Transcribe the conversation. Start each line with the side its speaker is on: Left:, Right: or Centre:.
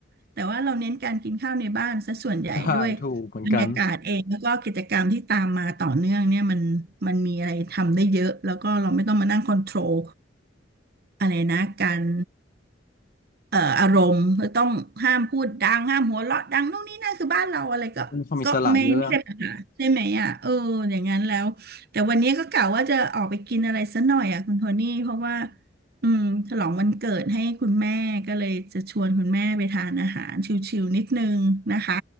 Right: แต่ว่าเราเน้นการกินข้าวในบ้านซะส่วนใหญ่ด้วย
Left: ใช่ถูกเหมือนกัน
Right: บรรยากาศเองแล้วก็กิจกรรมที่ตามมาต่อเนื่องเนี่ยมันมันมีอะไรทำได้เยอะแล้วก็เราไม่ต้องมานั่งคอนโทรลอะไรนะการ เอ่ออารมณ์ต้องห้ามพูดดังห้ามหัวเราะดังนู่นนี่นั่นคือบ้านเราอะไรก็ก็ไม่ไม่ใช่ปัญหาใช่ไหมอ่ะเอออย่างนั้นแล้วแต่วันนี้ก็กะว่าจะออกไปกินอะไรสักหน่อยอ่ะคุณโทนี่เพราะว่า
Left: มีความอิสระเยอะ
Right: อืมฉลองวันเกิดให้คุณแม่ก็เลยจะชวนคุณแม่ไปทานอาหารชิลๆนิดนึงนะคะ